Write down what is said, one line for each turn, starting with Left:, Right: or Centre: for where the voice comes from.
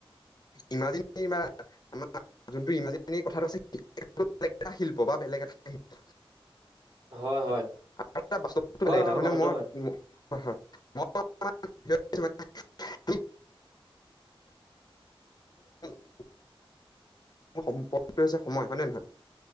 Left: ইমাজিনে বা আমাৰ যোনটো ইমাজিনে কথাটো আছে বেলেগ এটা শিল্প বা বেলেগ এটা শিল্প
Right: হয় হয়
Left: আৰু
Right: হয়
Left: এটা <unintelligible> এটা
Right: হয়
Left: মানে
Right: কথাটো
Left: মই
Right: হয়
Left: হয় হয়। <unintelligible> <inaudible> সম্পদটো হৈছে সময়, হয়নে নহয়?